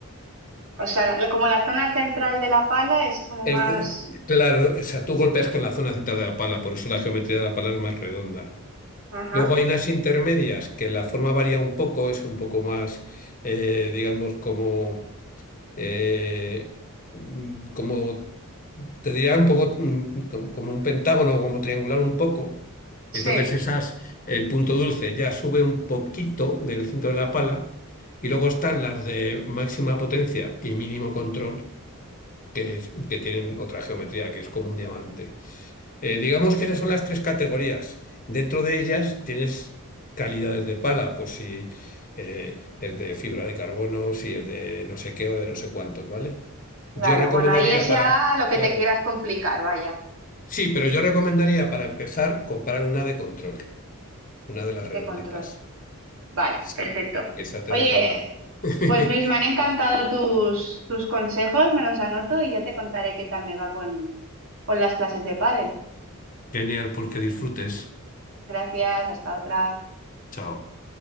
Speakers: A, on the right; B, on the left.
A: O sea, la- como la zona central de la pala es como
B: Es
A: más...
B: de- claro, o sea, tú golpeas con la zona central de la pala, por eso la geometría de la pala es más redonda.
A: Ajá,
B: Luego hay unas intermedias que la forma varía un poco, es un poco más, eh, digamos, como eh, mm, como te diría un poco mm, com- como un pentágono, como triangular un poco.
A: sí,
B: Entonces esas, el punto dulce ya sube un poquito del centro de la pala y luego están las de máxima potencia y mínimo control, que, es- que tienen otra geometría, que es como un diamante. Eh, digamos que esas son las tres categorías. Dentro de ellas tienes calidades de pala, pues si eh, es de fibra de carbono, si es de no sé qué o de no sé cuántos, ¿vale?
A: claro.
B: Yo recomendaría
A: Bueno, ahí es
B: para,
A: ya lo que
B: claro,
A: te quieras complicar, vaya,
B: sí, pero yo recomendaría para empezar comprar una de control, una de las redonditas.
A: de control. Vale,
B: Sí,
A: perfecto.
B: porque esa te
A: Oye,
B: deja mal. <laughs>
A: pues Luis, me han encantado tus, tus consejos, me los anoto y ya te contaré qué tal me va con, con las clases de pádel.
B: Genial, pues que disfrutes.
A: Gracias, hasta otra.
B: Chao.